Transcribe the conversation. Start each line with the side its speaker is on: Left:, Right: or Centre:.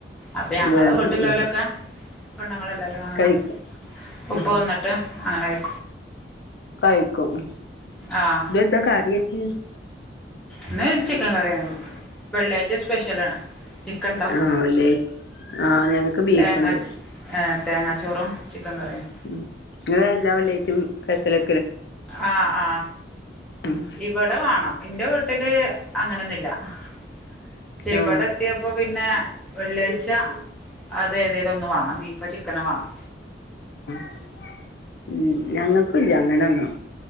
Centre: അപ്പൊ ഞങ്ങള്
Left: വേകും
Centre: വീട്ടിലുല്ലൊലൊക്കെ
Left: ഉം
Centre: പെണ്ണുങ്ങളെല്ലാവരും അങ്ങനെ
Left: കഴിക്കും
Centre: ഉപ്പ
Left: ആ
Centre: വന്നിട്ട് അങ്ങനെ കഴി
Left: കഴിക്കും ഇന്നെന്തൊ
Centre: ആഹ്
Left: കറിവെച്ച്
Centre: ഇന്ന് ചിക്കൻ കറിയാണ് വെള്ളയാഴ്ച്ച സ്പെഷ്യൽ ആണ് ചിക്കനുണ്ടാവും
Left: ആ വെള്ളിയാഴ്ച ആ ഞങ്ങക്ക് ബീഫുണ്ട്
Centre: തേങ്ങാ ചോ തേങ്ങാച്ചോറും ചിക്കൻ കറിയും
Left: ഉം നിങ്ങള് എല്ലാ വെള്ളിയാഴ്ചയും സ്പെഷ്യല്
Centre: ആഹ് ആഹ്
Left: ഉം
Centre: ഇവിടെ വേണം എന്റെ വീട്ടില് അങ്ങനൊന്നുവില്ല പക്ഷെ
Left: ആ
Centre: ഇവിടെ എത്തിയപ്പോ പിന്നെ വെള്ളിയാഴ്ച അത് ഏതേലും ഒന്ന് വേണം ബീഫോ ചിക്കനോ വേണം
Left: ആ ഉം ഞങ്ങൾക്കും ഇല്ല അങ്ങനൊന്നും